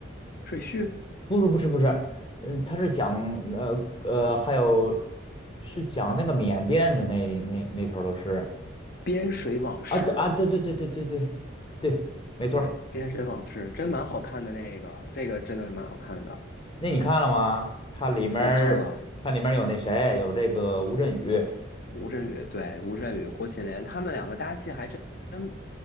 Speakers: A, on the left; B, on the left.
A: 赘婿，
B: 不是不是不是，嗯、他是讲呃呃，还有是讲那个缅甸的那那那头儿都是
A: 边水往事，
B: 啊，对啊，对对对对对对对，没错儿。
A: 对，边水往事真蛮好看的那个，这个真的蛮好看的。
B: 那你看了吗？它里面儿它里面儿有那谁，
A: 我看了
B: 有这个吴镇宇，
A: 吴镇宇，对，吴镇宇、郭麒麟他们两个搭戏还真，真